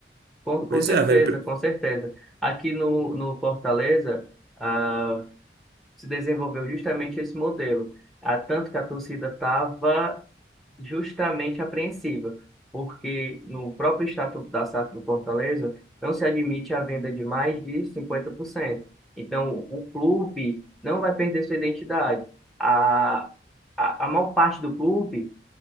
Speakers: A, in the centre; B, on the right.
A: com, com
B: Pois
A: certeza,
B: é, vai. pre-
A: com certeza. Aqui no, no Fortaleza, ah, se desenvolveu justamente esse modelo. Ah, tanto que a torcida estava justamente apreensiva, porque no próprio Estatuto da SAF do Fortaleza não se admite a venda de mais de 50%. Então, o clube não vai perder sua identidade. A, a, a maior parte do clube